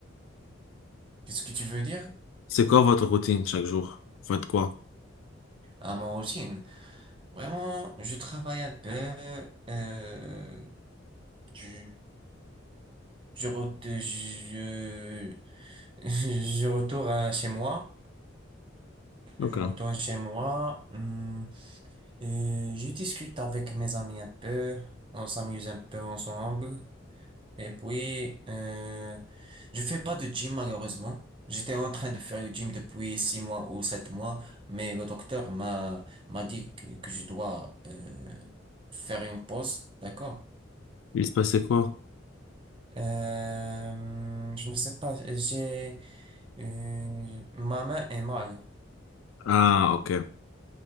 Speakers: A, on the right; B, on the left.
A: Qu'est-ce que tu veux dire?
B: C'est quoi votre routine chaque jour? Vous faites quoi?
A: À mon routine. Vraiment, je travaille un peu. euh, je, je, re- je, <laughs> je retourne à chez moi.
B: Ok.
A: Je retourne chez moi. Hmm, Euh, je discute avec mes amis un peu, on s'amuse un peu ensemble. Et puis, euh, je fais pas de gym malheureusement. J'étais en train de faire le gym depuis six mois ou sept mois, mais le docteur m'a m'a dit que, que je dois euh, faire une pause, d'accord?
B: Il se passait quoi?
A: Euh, je ne sais pas, j'ai euh, ma main est mal.
B: Ah, ok.